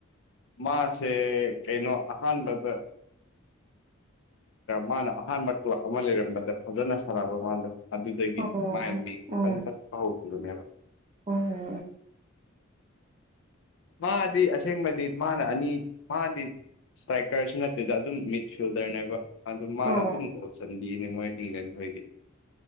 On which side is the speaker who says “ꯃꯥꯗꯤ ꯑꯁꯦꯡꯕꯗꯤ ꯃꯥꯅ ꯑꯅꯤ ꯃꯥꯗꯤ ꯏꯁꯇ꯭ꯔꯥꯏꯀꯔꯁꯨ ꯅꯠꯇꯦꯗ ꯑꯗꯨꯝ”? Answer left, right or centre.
Left